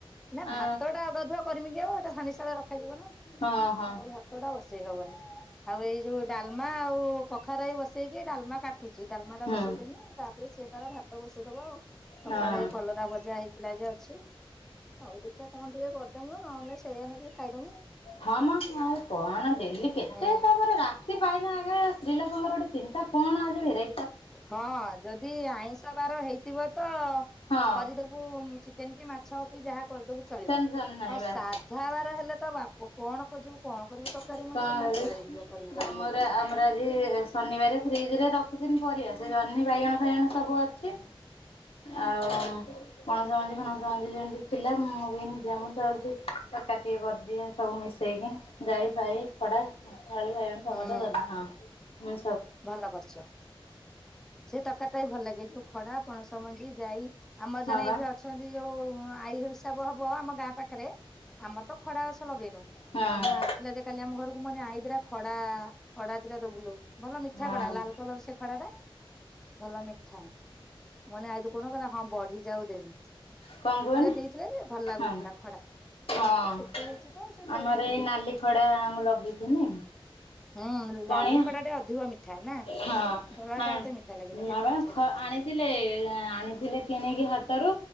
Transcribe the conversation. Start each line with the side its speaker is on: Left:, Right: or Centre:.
Centre: ନା ଭାତଟା
Left: ଅ
Centre: ଅଗାଧୁଆ କରିମି କି ଆଉ ଏଟା ହାଣ୍ଡି ସାଳେ ରଖାଯିବ ନାଁ।
Left: ହଁ ହଁ
Centre: ଆଉ ଭାତଟା ବସେଇ ହବନି ଆଉ ଏଇ ଯୋଉ ଡାଲମା ଆଉ କଖା ଖରାଇ ବସେଇକି ଡାଲମା କାଟୁଛି ଡାଲମାଟା
Left: ହୁଁ
Centre: ବସେଇ ଦେମି ତାପରେ ସିଏ ତାର ଭାତ ବସେଇ ଦବ ଆଉ ସକାଳେ
Left: ହଁ
Centre: କଲରା ଭଜା ହେଇଥିଲା ଯେ ଅଛି ଆଉ ଦେଖିବା କଣ ଟିକେ କରିଦ <unintelligible> ଖାଇମୁ ନହେଲେ ସେଇଆ ନଗେଇକ ଖାଇଦମୁ
Left: ହଁ ମ ଆଉ କଣ ଡେଲି କେତେ
Centre: ହୁଁ
Left: ତାପରେ ରାତି ପାଇନା ଆ ସ୍ତ୍ରୀଲୋକଙ୍କର ଗୋଟେ ଚିନ୍ତା କଣ ଆଜି ଭେରାଇଟ
Centre: ହଁ ଯଦି ଆଇଁଷ ବାର ହେଇଥିବ ତ
Left: ହଁ
Centre: କରିଦବୁ ଚିକେନ କି ମାଛ ଏ ଯାହା କରିଦବୁ ଚଳିବ
Left: ଟେନସନ ନାହିଁ
Centre: ଆଉ
Left: ବାସ୍।
Centre: ସାଧାବାର ହେଲେ ତ ବାପ କଣ ଖୋଜିବୁ କଣ କରିବୁ। ତରକାରୀ
Left: କଣ
Centre: ମଣିଷ
Left: କରିବ
Centre: ପାଗଳ ହେଇଯିବ କରିବୁ କରିବୁ
Left: ଆମର
Centre: ବୋଲି ତରକାରୀ
Left: ଆମର
Centre: କଣ
Left: ଆଜି ଶନିବାରେ ଫ୍ରିଜରେ ରଖିଥିନି ପରିଆ ସେ ଜହ୍ନି ବାଇଗଣ ଫାଇଗଣ ସବୁ ଅଛି ଆଉ। ପଣସ ମଞ୍ଜି ଫଣସ ମଞ୍ଜି ଯେମିତି ଥିଲା ମୁଁ <unintelligible> ଦେମ ଯାଉଛି ତରକାରୀ ଟିକେ କରିଦିଏ ସବୁ ମିଶ ମିଶେଇକି ଯାଇ ଫାଇ ଖଡା, ଆଳୁ, ବାଇଗଣ, ଟମାଟୋ
Centre: ହୁଁ
Left: ଜହ୍ନି ହଁ। ମି
Centre: ଭଲ କରିଚ। ସେ ତରକାରୀଟା ବି ଭଲ ଲାଗେ ଯୋଉ ଖଡା ପଣସ ମଞ୍ଜି ଯାଇ ଆମର
Left: ହଁ
Centre: ଜଣେ
Left: ବା
Centre: ଏଇଠି ଅଛନ୍ତି ଯୋଉ ଆ ଆଈ ହିସାବ ହବ ଆମ ଗାଁ ପାଖରେ ଆମର ତ ଖଡାଗଛ ଲଗେଇନୁ
Left: ହଁ
Centre: ଆଉ ମୁଁ ଆସିଥିଲା ଯେ କାଲି ଆମ ଘରକୁ ମୁଁ କହିନି ଆଇ ଦିଟା ଖଡା ଖଡା ଦିଟା ଦବୁଲୋ। ଭଲ ମିଠା
Left: ହଁ
Centre: ଖଡା ଲାଲ କଲର ସେ ଖଡା ଟା ଭଲ ମିଠା। ମୁଁ ଲି ଆଇନୁ କୋଉ ଦିନ କହିଲା ହଁ ବଢି ଯାଉ ଦେମି
Left: କଣ କୁହନି
Centre: ଥରେ ଦେଇଥିଲେ ଯେ ଭଲ ଲାଗୁଥିଲା
Left: ହଁ
Centre: ଖଡା।
Left: ହଁ
Centre: ଟିକେ ଛୋଟ ହେଇଛି ତ ସେ ଦେଇନାହିଁ
Left: ଆମର ଏଇ ନାଲି ଖଡା ମୁଁ ଲଗେଇଥିନି।
Centre: ହୁଁ
Left: କଣି
Centre: ଲାଲି ଖଡା ଟେ ଅଧିକ ମିଠା ନା
Left: ହଁ
Centre: ଧଳା
Left: ଆ
Centre: ଟା ଏତେ ମିଠା ଲାଗେନି ଟିକେ
Left: ନପା
Centre: ପାଞ୍ଚିଆ ଟାଇପ ର
Left: ଆଣି
Centre: ଲାଗେ
Left: ଥିଲେ-ଏ ଆଣିଥିଲେ କିଣକି ହାଟରୁ